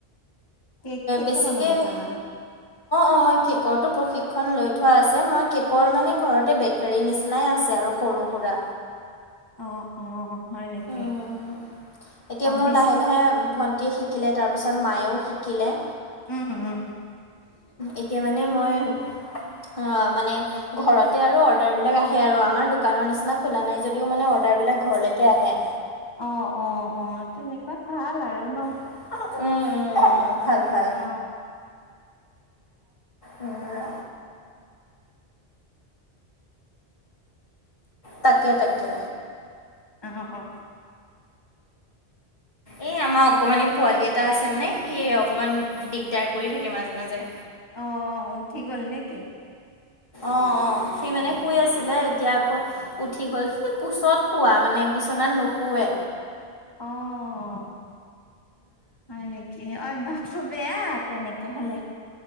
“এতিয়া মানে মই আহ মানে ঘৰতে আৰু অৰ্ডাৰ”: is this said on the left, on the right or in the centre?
Left